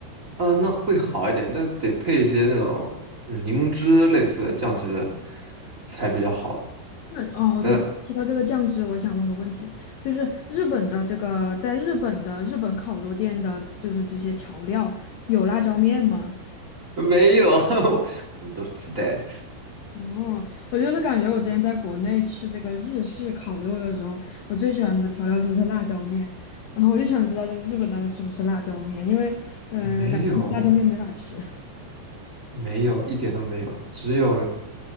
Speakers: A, on the right; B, on the left.
A: 啊、那会好一点，但得配一些那种嗯柠檬汁类似的酱汁才比较好。
B: 那哦，
A: 但。
B: 对对，提到这个酱汁，我想问个问题，就是日本的这个，在日本的日本烤肉店的，就是这些调料有辣椒面吗？
A: <laughs> 没有，<laughs> 我们都是自带的。
B: 哦，我就是感觉我之前在国内吃这个日式烤肉的时候，我最喜欢的调料就是辣椒面，然后我就想知道，就是日本他们吃不吃辣椒面，因为呃，
A: 没有，
B: 感觉辣椒面没法吃。
A: 没有，一点都没有，只有